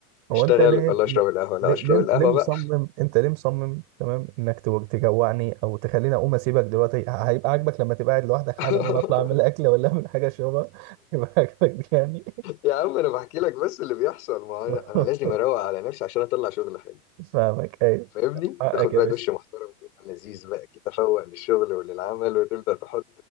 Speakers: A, on the right; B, on the left.
A: هو
B: أشتغل
A: أنت ليه
B: ولا أشرب
A: ليه
B: القهوة لا
A: ليه
B: أشرب
A: ليه
B: القهوة
A: ليه مصمم
B: بقى
A: أنت ليه مصمم تمام إنك تو- تجوعني أو تخليني أقوم أسيبك دلوقتي ه- هيبقى عاجبك لما تبقى قاعد لوحدك حالا
B: <laughs>
A: وأنا أطلع أعمل أكل ولا أعمل حاجة أشربها <laughs> هيبقى عاجبك يعني
B: يا عم أنا بحكي لك بس اللي بيحصل ما هو
A: <laughs>
B: أنا أنا لازم أروق على نفسي عشان أطلع شغل حلو
A: فاهمك ايوه
B: فاهمني
A: حقك
B: تاخد
A: يا
B: بقى
A: باشا
B: دش محترم كده لذيذ بقى كده تفوق للشغل وللعمل وتبدا تحط